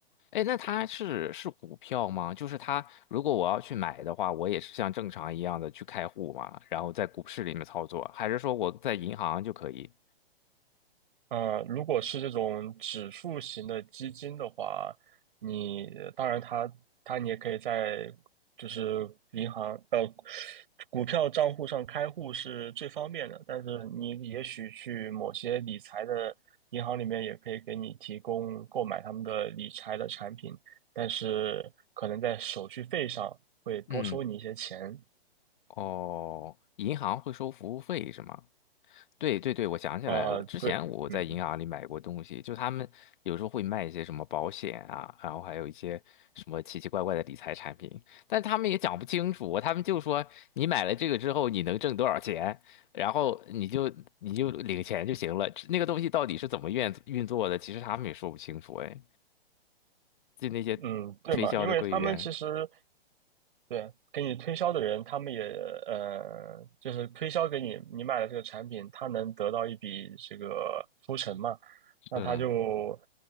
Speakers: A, on the left; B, on the right.
A: 哎，那它是是股票吗？就是它，如果我要去买的话，我也是像正常一样的去开户嘛，然后在股市里面操作，还是说我在银行就可以？
B: 嗯，如果是这种指数型的基金的话，你当然它它你也可以在就是银行呃股票账户上开户是最方便的，但是你也许去某些理财的银行里面也可以给你提供购买他们的理财的产品，但是可能在手续费上会多收你一些钱
A: 嗯。哦，银行会收服务费是吗？对对对，我想起来了，
B: 啊，
A: 之前我在银行里买过东西，
B: 对。嗯，
A: 就他们有时候会卖一些什么保险啊，然后还有一些什么奇奇怪怪的理财产品，但他们也讲不清楚，他们就说你买了这个之后你能挣多少钱，然后你就你就领钱就行了，那个东西到底是怎么运运作的，其实他们也说不清楚，哎，就那些推销的柜员，
B: 嗯对嘛，因为他们其实对，给你推销的人，他们也呃，就是推销给你你买了这个产品，他能得到一笔这个抽成嘛？
A: 是，
B: 那他就